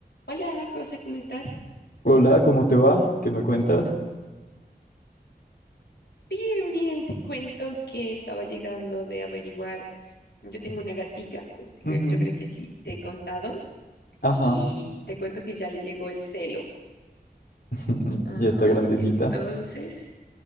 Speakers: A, on the left; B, on the left.
A: Hola, José, ¿cómo estás?
B: Hola, ¿cómo te va? ¿Qué me cuentas?
A: Bien, bien, te cuento que estaba llegando de averiguar. Yo tengo una gatica, pues creo-
B: Ujú,
A: yo creo que sí te he contado,
B: Ajá,
A: y te cuento que ya le llegó el celo.
B: <laughs>
A: Ajá,
B: ya está grandecita.
A: entonces